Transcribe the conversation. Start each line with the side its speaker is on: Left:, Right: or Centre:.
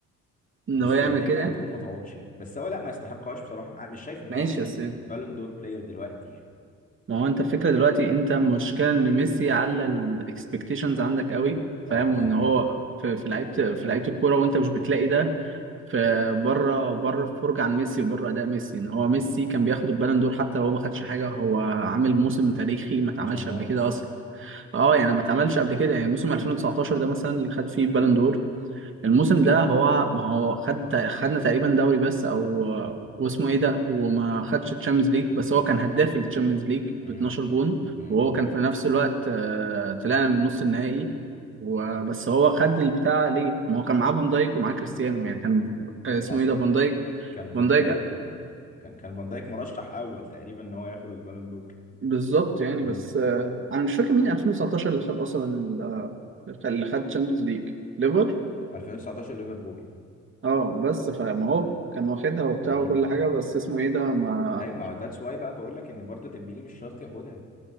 Right: ان
Left: بس
Right: هو يعمل
Left: الدنيا
Right: كده
Left: هتقوم ما تقعدش يعني. بس هو لا ما يستحقهاش بصراحه أنا مش شايف ان
Right: ماشي
Left: هو يعني
Right: بس
Left: بالون دور بلاير دلوقتي يعني
Right: ما هو انت الفكره دلوقتي انت المشكله ان ميسي على الاكسبكتيشنز عندك قوي فاهم
Left: اه دي
Right: وان
Left: حقيقه
Right: هو في في لعيبه في لعيبه الكوره وانت مش بتلاقي ده في بره بره الفرجه عن ميسي وبره اداء ميسي ان هو ميسي كان بياخد البالون دور حتى لو هو ما خدش حاجه هو عامل موسم تاريخي ما اتعملش
Left: عشان هو
Right: قبل
Left: ميسي
Right: كده اصلا اه يعني ما اتعملش قبل كده يعني موسم 2019 ده مثلا اللي خد فيه بالون دور الموسم ده هو ما هو خد خدنا تقريبا دوري بس او واسمه ايه ده وما خدش الشامبيونز ليج بس هو كان هداف الشامبيونز ليج
Left: امم
Right: ب 12 جون
Left: امم
Right: وهو كان في نفس الوقت آه، طلعنا من نص النهائي وبس هو خد البتاع ليه؟ ما هو كان معاه فان دايك ومعاه كريستيانو يعني كان آه، اسمه
Left: حصل
Right: ايه ده فان دايك
Left: كان فان
Right: فان دايك
Left: دايك و... كان كان فان دايك مرشح اول تقريبا ان هو ياخد البالون دور
Right: بالظبط يعني
Left: امم
Right: بس آه، انا مش فاكر مين 2019 اللي خد اصلا ال- آه، اللي خد الشامبيونز ليج ليفر
Left: 2019 ليفربول
Right: اه بس فما هو كان واخدها وبتاع
Left: امم
Right: وكل حاجة بس اسمه ايه ده ما
Left: طيب ما ذاتس واي بقى بقول لك ان برضو ديمبلي مش شرط ياخدها